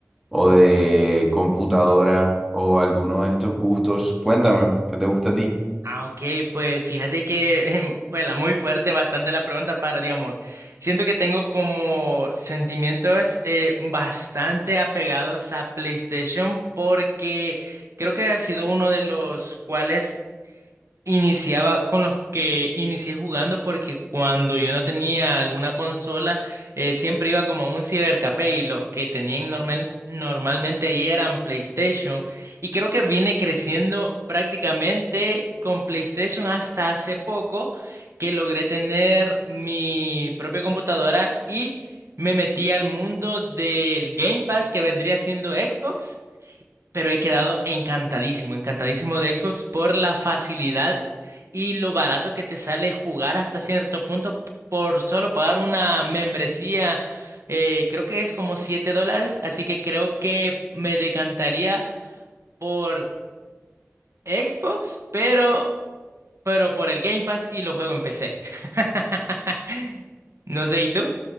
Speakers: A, in the centre; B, on the right.
A: o de computadora o alguno de estos gustos. Cuéntame, ¿qué te gusta a ti?
B: Ah, ok, pues fíjate que <laughs> fue muy fuerte, bastante la pregunta para, digamos, siento que tengo como sentimientos eh, bastante apegados a PlayStation porque creo que ha sido uno de los cuales Iniciaba con los que inicié jugando porque cuando yo no tenía alguna consola, eh, siempre iba como a un cibercafé y los que tenían normal- normalmente ahí eran PlayStation. Y creo que vine creciendo prácticamente con PlayStation hasta hace poco que logré tener mi propia computadora y me metí al mundo del Game Pass que vendría siendo Xbox pero he quedado encantadísimo, encantadísimo de Xbox por la facilidad y lo barato que te sale jugar hasta cierto punto por solo pagar una membresía, eh, creo que es como 7 dólares, así que creo que me decantaría por Xbox, pero, pero por el Game Pass y lo juego en PC. <laughs> No sé, ¿y tú?